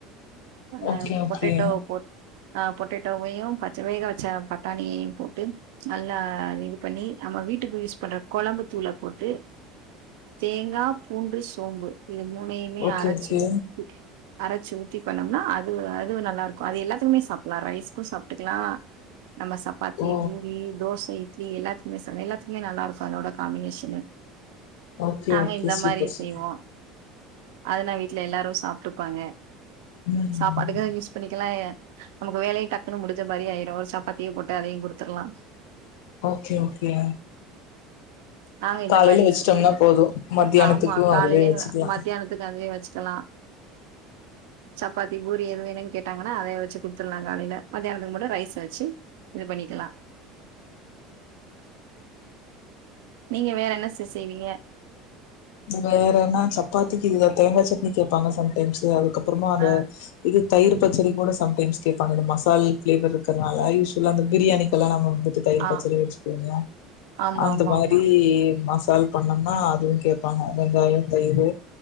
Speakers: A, on the right (about 80°); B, on the left (about 75°).
A: அதுல
B: ஓகே ஓகே
A: பொட்டேட்டோ போட் ஆ பொட்டேட்டோவையு பச்ச வேக வச்ச பட்டாணியையு போட்டு நல்லா இது பண்ணி நம்ம வீட்டுக்கு யூஸ் பண்ற கொழம்பு தூள போட்டு தேங்கா பூண்டு சோம்பு இது மூணையுமே
B: ஓகே
A: அரச்சி
B: ஓகே
A: ஊத்திட்டு அரச்சு ஊத்தி பண்ணம்னா அது அதுவு நல்லா இருக்கு அது எல்லாத்துக்குமே சாப்பலா ரைஸ்க்கு சாப்ட்டுக்கலா நம்ம சாப் சப்பாத்தி
B: ஓ
A: பூரி தோச இட்லி எல்லாத்துக்குமே சா எல்லாத்துக்குமே நல்லா இருக்கு அதோட காம்பினேஷனு
B: ஓகே
A: நாங்க
B: ஓகே
A: இந்த
B: சூப்பர்
A: மாரி
B: சூப்பர்
A: செய்வோ அதுனா வீட்ல எல்லாரு சாப்ட்டுபாங்க
B: ம்
A: சாப்பாட்டுக்கா யூஸ் பண்ணிக்கலா நமக்கு வேலையு டக்குன்னு முடிஞ்ச மாரி ஆயிரு ஒரு சாப்பாத்திய போட்டு அதையு குடுத்துர்லா
B: ஓகே ஓகே
A: நாங்க இந்த
B: காலையில
A: மாரி
B: வச்சுட்டோம்னா
A: செய்வ
B: போது மத்தியானத்துக்கு
A: ஆமா காலையிலே
B: அதுவே வச்சுக்கலா
A: மத்தியானத் த்துக்கு அதுவே வச்சுக்கலா சப்பாத்தி பூரி எது வேணு கேட்டாங்கனா அதய வச்சி குட்த்துட்லா காலையில மத்யானத்துக்கு மட்டு ரைஸ் வச்சி இது பண்ணிக்கலா நீங்க வேற என்ன சிஸ் செய்வீங்க
B: வேற என்ன சப்பாத்திக்கு இத தேங்கா சட்னி கேப்பாங்க சம் டைம்ஸு அதுக்கப்றமா அந்த
A: ஆ
B: இது தயிர் பச்சடி கூட சம் டைம்ஸ் கேப்பாங்க இந்த மசால் பிளேவர் இருக்கர்னால யூல்வலா அந்த பிரியாணி கெல்லா நாம வந்துட்டு தயிர்
A: ஆ
B: பச்சடி வச்சுகுங்க
A: ஆமா
B: அந்த
A: ஆமா
B: மாரி
A: ஆமா
B: மசால் பண்ணம்னா அதுவு கே பாங்க வெங்காயோ தயிரு